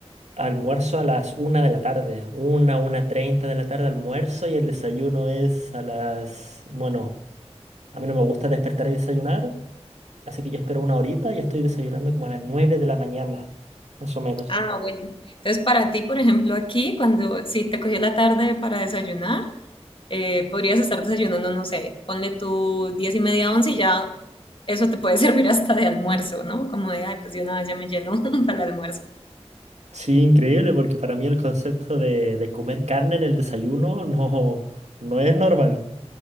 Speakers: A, on the right; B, on the left.
A: Almuerzo a las una de la tarde. una una treinta de la tarde almuerzo y el desayuno es a las... Bueno, a mí no me gusta despertar y desayunar. Así que yo espero una horita y estoy desayunando como a las 9 de la mañana, más o menos.
B: Ah, bueno. Entonces, para ti, por ejemplo, aquí, cuando si te cogió la tarde para desayunar, eh, podrías estar desayunando, no sé, ponle tú 10 y media, 11 y ya eso te puede <laughs> servir hasta de almuerzo, ¿no? Como de, ay, pues de una vez ya me lleno <laughs> para el almuerzo.
A: Sí, increíble, porque para mí el concepto de, de comer carne en el desayuno no, no es normal.